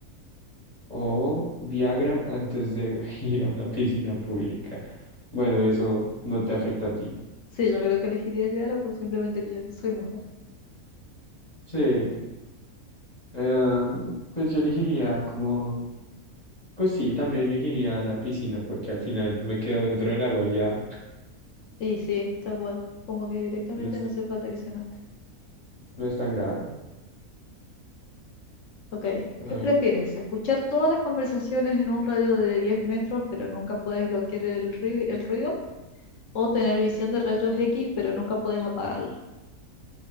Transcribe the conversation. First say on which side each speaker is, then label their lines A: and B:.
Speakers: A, on the left (about 35°); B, on the left (about 65°).
A: o Viagra antes de <laughs> ir a una piscina pública? Bueno, eso no te afecta a ti.
B: sí, yo creo que elegiría Yara por simplemente que yo soy mujer.
A: Sí, eh, pues yo elegiría como, pues sí, también elegiría la piscina porque al final me quedo dentro del agua y ya
B: Y sí, tal cual. Como que directamente
A: no es,
B: no hace falta que se note.
A: no es tan grave.
B: Ok, ¿qué
A: A ver,
B: prefieres? ¿Escuchar todas las conversaciones en un radio de 10 metros pero nunca puedes bloquear el, ri- el ruido? O tener visión de rayos X, pero nunca puedes apagarla.